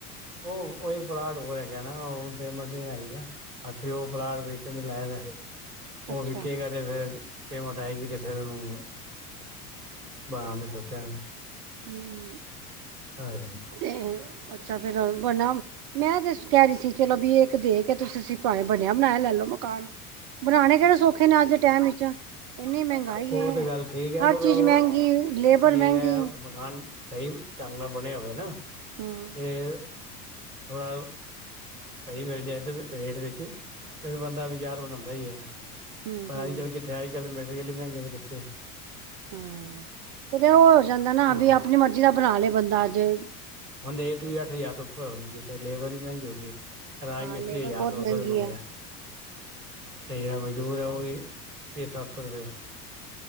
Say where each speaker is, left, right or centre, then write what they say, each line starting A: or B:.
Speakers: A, on the right; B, on the right.
A: ਉਹ ਇੱਕ ਪਲਾਟ ਹੋਰ ਹੈਗਾ ਨਾ। ਹਣ ਪੇਮੈਂਟ ਨਹੀਂ ਆਈ। ਅੱਛਾ ਉਹ ਪਲਾਟ ਵੇਚਣ ਲਾਇਆ ਦਾ, ਉਹ
B: ਅੱਛਾ
A: ਵਿਕੇਗਾ - ਤੇ ਫੇਰ ਪੇਮੈਂਟ ਆਏਗੀ, ਤੇ ਫੇਰ ਉਹਨੂੰ ਬਣਾਣਾ ਸੋਚਿਆ।
B: ਹਮ <inaudible>
A: ਹਾਂ।
B: ਅਤੇ ਅੱਛਾ। ਫਿਰ ਬਨਾ ਮੈਂ ਤੇ ਕਹਿ ਰਹੀ ਸੀ, ਚਲੋ ਬੀ ਇੱਕ ਦੇ ਕੇ ਤੁਸੀਂ। ਪਾਵੇ ਬਣਿਆ- ਬਣਾਇ ਲੈ ਲੋ ਮਕਾਨ ਬਣਾਉਣੇ ਕਿਹੜੇ ਸੁੌਖੇ। ਲੇਕਿਨ ਅੱਜ ਦੇ ਟਾਈਮ ਵਿੱਚ ਇੰਨੀ ਮਹਿੰਗਾਈ
A: ਉਹ
B: ਹੈ,
A: ਤਾਂ ਗੱਲ ਠੀਕ ਹੈ
B: ਹਰ
A: ਪਰ
B: ਚੀਜ਼
A: ਉਹ
B: ਮਹਿੰਗੀ, ਲੇਬਰ
A: ਜਿਹੜਾ
B: ਮਹਿੰਗੀ
A: ਮਕਾਨ ਸਹੀ ਟੰਗ ਨਾਲ ਬਣਿਆ ਹੋਵੇ ਨਾ।
B: ਹਾਂ।
A: ਤੇ ਥੋੜ੍ਹਾ ਸਹੀ ਮਿਲ ਜਾਏ ਤੇ ਰੇਟ ਵਿੱਚ ਫਿਰ ਬੰਦਾ ਵਿਚਾਰ ਬਣਾਉਂਦਾ ਹੀ ਹੈ।
B: ਹੂੰ
A: ਪਰ
B: ਹੂੰ
A: ਅੱਜ- ਕੱਲ ਕਿੱਥੇ ਅੱਜ- ਕੱਲ ਮਟੀਰੀਅਲ ਵੀ ਮਹਿੰਗੇ ਨੇ ਕੱਚੇ ਏ।
B: ਹਮ, ਤੇ ਉਹ ਹੋ ਜਾਂਦਾ ਨਾ,
A: ਹਾਂ
B: ਬੀ ਆਪਣੀ ਮਰਜੀ ਦਾ ਬਣਾ ਲਏ ਬੰਦਾ ਜੇ।
A: ਹੰਤੇ ਏਟ ਵੀ ਅੱਠ ਹਜ਼ਾਰ ਤੋਂ ਉੱਪਰ ਹੋਗੀ, ਤੇ ਲੇਬਰ ਵੀ ਮਹਿੰਗੀ ਹੋਗੀ ਹੈ। ਰਾਜ ਮਿਸਤਰੀ
B: ਲੇਬਰ
A: ਹਾਜਾਰ
B: ਬਹੁਤ
A: ਦੋ
B: ਮਹਿੰਗੀ
A: ਫਿਰ ਮੰਗਦਾ।
B: ਹੈ
A: ਤੇ ਜੇੜਾ ਮਜ਼ਦੂਰ ਹੈ, ਉਹ ਵੀ ਛੇ- ਸੱਤ ਸੌ ਰੁਪਏ।